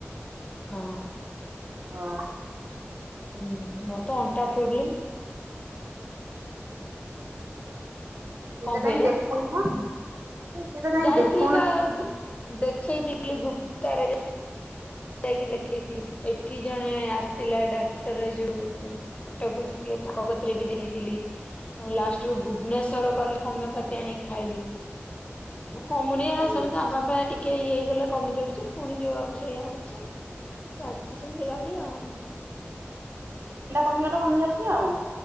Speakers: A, on the left (about 25°); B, on the right (about 65°).
A: ହଁ।
B: ହଁ।
A: ହୁଁ ମୋର ତ ଅଣ୍ଟା ପ୍ରୋବ୍ଲେମ୍।
B: ସେଇଟା
A: କଣ
B: ଯାଇ
A: କହିଲ
B: ଦେଖଉନ ସେଟା ଯାଇ
A: ଯାଇଥିଲି
B: ଦେଖଉନ।
A: ବା ଗୁ- ଦେଖେଇଥିଲି <inaudible> ଯାଇକି ଦେଖେଇଥିଲି ଏଠି ଜଣେ ଆସିଥିଲା ଡାକ୍ତର ଯୋଉ କଟକକୁ ଆସିଥିଲେ ତାଙ୍କ କତିରେ ବି <unintelligible> ମୁଁ ଲାଷ୍ଟରୁୁ ଭୁବନେଶ୍ଵର ଗଲି ହୋମିଓପାଥି ଆଣିକି ଖାଇଲି। କମୁନି
B: ହୁଁ
A: ହେଲା ସେମିତି ଆବା ଟିକେ ଇଏ ହେଇଗଲେ କମିଯାଉଛି ପୁଣି ଯୋଉକୁ ସେଇଆ ଆଉ କି ଚାଲିଚି ସେମିତି ଗାଡ଼ି ଆଉ।
B: ଏଟା କମିଗଲେ କମିଯାଉଚି ଆଉ।